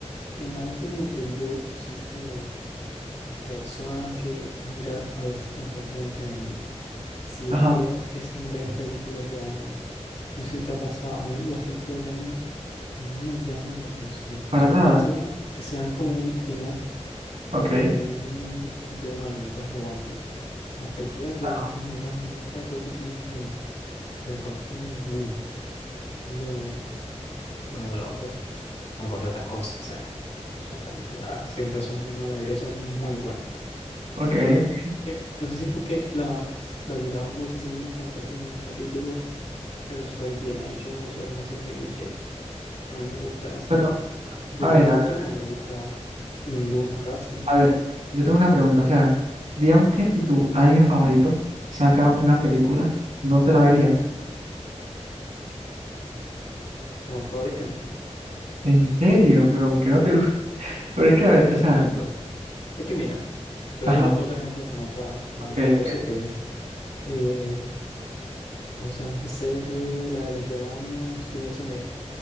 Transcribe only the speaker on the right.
ajá,
para
nada,
ok,
ajá,
ok,
ok.
Pero,
a ver,
a ver,
a ver, yo tengo una pregunta,
o sea, digamos que si tu anime favorito saca una película, ¿no te la verías?
Eh,
¿En serio? Pero ¿por qué no te gusta? <laughs> Pero es que, a ver, o sea,
ajá,
ok,
ok,